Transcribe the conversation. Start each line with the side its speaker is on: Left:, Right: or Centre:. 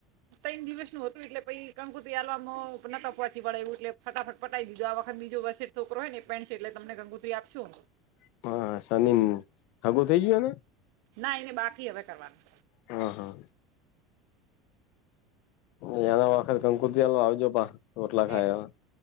Right: તઈણ દિવસનું હતું એટલે પઇ કંકુત્રી આલવામ નતા પહોંચી વળે એવું એટલે ફટાફટ પટાઈ દીધું. આ વખત બીજો વસેઠ છોકરો હેને એ પઈણસે એટલે તમને કંકોત્રી આપશું.
Left: <inaudible> શનિ
Right: <unintelligible>
Left: હગું થઈ ગયું ને
Right: ના એને બાકી હવે કરવાનું
Left: હ હા એના વખત <unintelligible> કંકોત્રી આલવા આવજો પાહ રોટલા ખાય
Right: એ
Left: એવા.